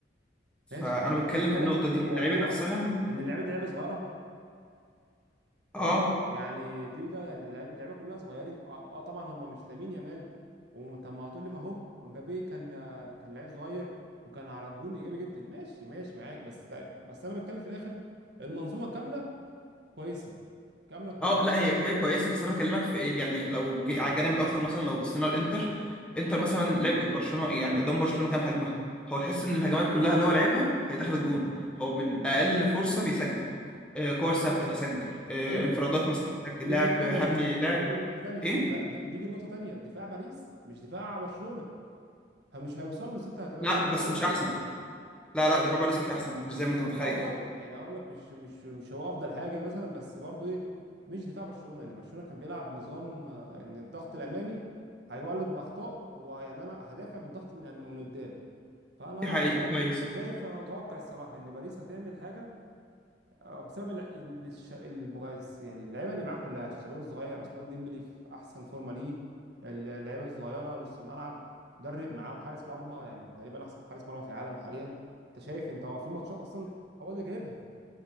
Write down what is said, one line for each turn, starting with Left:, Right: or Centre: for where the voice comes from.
Centre: فأنا
Right: ماشي انت مش
Centre: بتكلم
Right: واخد بالك
Centre: في النقطة
Right: ان
Centre: دي
Right: الموضوع
Centre: اللعيبة نفسها
Right: ان اللعبه دي لعبه صغيره
Centre: اه
Right: برضو يعني دي وده يعني اللعبه اللعبه كلها صغيرين اه, آه طبعا هم مش لامين يامال وطب ما هتقول لي ما هو ومبابي كان آه، كان لعيب صغير وكان على الجون ايجابي جدا ماشي ماشي معاك بس بس انا بتكلم في الاخر المنظومه كامله كويسه كامله كويسه
Centre: اه لا هي هي كويسه بس انا بكلمك في ايه يعني لو جي- على الجانب الاخر مثلا لو بصينا الانتر انتر مثلا لعب برشلونه يعني قدام برشلونه كام هجمه هو يحس ان الهجمات كلها اللي هو لعبها هي دخلت جون هو من اقل فرصه بيسجل آه كور ثابته هسجل آه
Right: حلو
Centre: انفرادات مثلا هسجل
Right: نيجي
Centre: لاعب
Right: لنقطه تانيه
Centre: هبني
Right: بقى
Centre: لاعب
Right: نيجي لنقطه تانيه
Centre: ايه
Right: بقى- دي- نيجي لنقطه تانيه دفاع باريس مش دفاع برشلونه فمش هيوصلوا لست هجمات
Centre: لا
Right: بقى. انا
Centre: بس
Right: بقول
Centre: مش
Right: كده
Centre: احسن لا لا دفاع باريس مش احسن مش زي ما
Right: يعني
Centre: انت متخيل
Right: افضل يعني هقول لك مش مش مش هو افضل حاجه مثلا بس برضو ايه مش دفاع برشلونه يعني برشلونه كان بيلعب نظام آه، ان الضغط الامامي هيولد باخطاء ويعني انا هدافع بالضغط من أم- من قدام فانا
Centre: دي حقيقه كويس
Right: شايف انا متوقع الصراحه ان باريس هتعمل حاجه آه، بسبب الع- ال- الش- المغيس يعني اللعيبه اللي معاه كلها الشباب الصغير عثمان ديمبلي في احسن فورمه ليه ال- اللعيبه الصغيره نص الملعب مدرب معاهم حارس مرمى يعني تقريبا احسن حارس مرمى في العالم حاليا انت شايف انت هو في ماتشات اصلا هو اللي جايبها